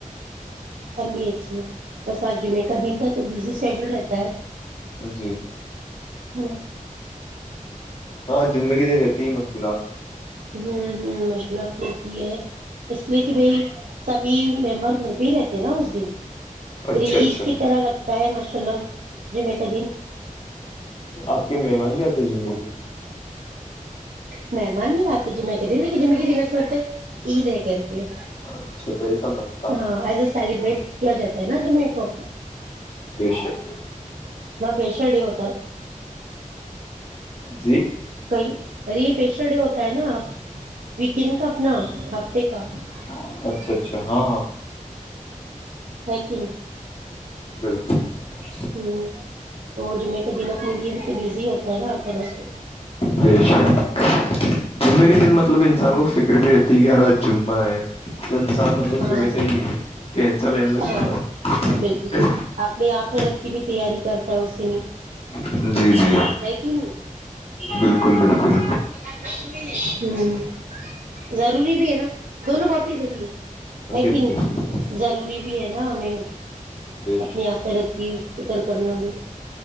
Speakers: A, on the right (about 75°); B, on the left (about 45°).
A: ایم بی ایچی بس آج جمعے کا دن تھا تو بزی شیڈل رہتا ہے
B: جی جی
A: ہے نا
B: ہاں جمے گ د دیے کئی مشغلات
A: ہوں ہوں مشغلات رہتی ہے اس لیے کہ بھائی سبھی ممبر گھر پہ ہی رہتے ہیں نا اس دن پھر
B: اچھا
A: عید
B: اچھا
A: کی طرح لگتا ہے ماشاء اللہ جی میں ک دھی
B: آپ کے مہمان بھی آتے ہیں زندگی میں
A: مہمان نہیں آتے ج میں ک دن ل جمے ک دن ایس لگتے عید ہے کر کے
B: اچھ ایسا لگتا ہے
A: ہاں ایز اے سیلیبریٹ کیا جاتا ہے نا جمعے کو
B: بے شک
A: ویشڈ ہو
B: جی <unintelligible>
A: کئی ار یہپیشل ڈے ہوتا ہے نا ویکینڈ کا اپنا ہفتے کا <unintelligible>
B: اچھا اچھا ہاں ہاں
A: ہیکن
B: <inaudible> <unintelligible>
A: ہ تو جمعے کا دن اپنے لیے بھی تو بزی ہوتا ہے نا ہر طرح سے <unintelligible>
B: بے شک جمعے
A: ہوں
B: کے دن مطلب انسان کو فکر بھی رہتی یارا ج <unintelligible> <unintelligible> <unintelligible> تو انسان مطلوگ
A: ہاں
B: صبح سے ہی ٹینسا لینے لگتا
A: ہاں
B: تھا
A: بالکل
B: <unintelligible>
A: اپنی آخرت کی بھی تیاری کرتا اسے میں <unintelligible>
B: ہے جی جی
A: ہے کہ نہیں
B: بالکل بالکل
A: ہ ضروری بھی ہے نا <unintelligible> دونوں بوٹل بھی لیے
B: بالکل
A: ہے کہ نہیں
B: بالکل
A: ضروری <unintelligible> بھی ہے نا ہمیں <unintelligible>
B: بے شک
A: اپنی آخرت کی فکر کرنا بھی <unintelligible>